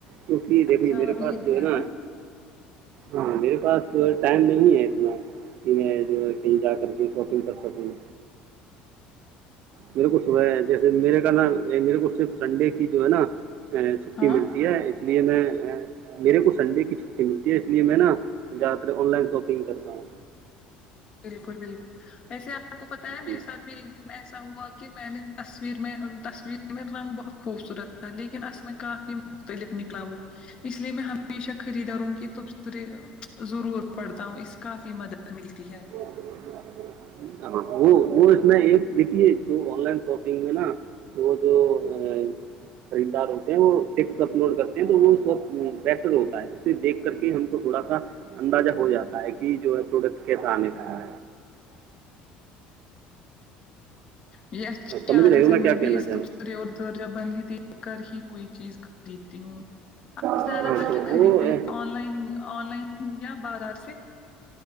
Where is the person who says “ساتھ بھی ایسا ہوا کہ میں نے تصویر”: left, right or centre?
Left